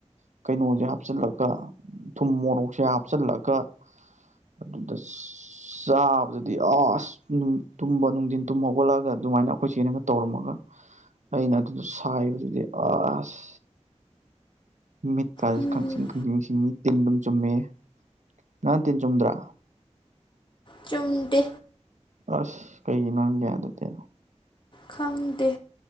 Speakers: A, on the right; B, on the left.
A: ꯑꯗꯨꯒ ꯀꯩꯅꯣꯁꯦ ꯍꯥꯞꯆꯤꯜꯂꯒ ꯊꯨꯝ ꯃꯣꯔꯣꯛꯁꯦ ꯍꯥꯞꯆꯤꯜꯂꯒ ꯑꯗꯨꯗ ꯆꯥꯕꯗꯨꯗꯤ ꯑꯁ ꯅꯨꯡ ꯇꯨꯝꯕ ꯅꯨꯡꯗꯤꯟ ꯇꯨꯝꯕ ꯍꯧꯒꯠꯂꯒ ꯑꯗꯨꯃꯥꯏꯅ ꯑꯈꯣꯏ ꯆꯦꯅꯒ ꯇꯧꯔꯝꯃꯒ ꯑꯩꯅ ꯑꯗꯨꯗꯣ ꯁꯥꯏꯕꯗꯨꯗꯤ ꯑꯁ ꯃꯤꯠ ꯀꯥꯁꯤ
B: ꯎꯝ
A: ꯈꯪꯁꯤꯡ ꯈꯪꯁꯤꯡ ꯁꯤꯡꯏ ꯇꯤꯟ ꯗꯨꯝ ꯆꯨꯝꯃꯦꯍꯦ ꯅꯪ ꯇꯤꯟ ꯆꯨꯝꯗ꯭ꯔꯥ
B: ꯆꯨꯝꯗꯦ
A: ꯑꯁ ꯀꯩꯒꯤꯅꯣ ꯅꯪꯗꯤ ꯑꯗꯨꯗꯤ
B: ꯈꯪꯗꯦ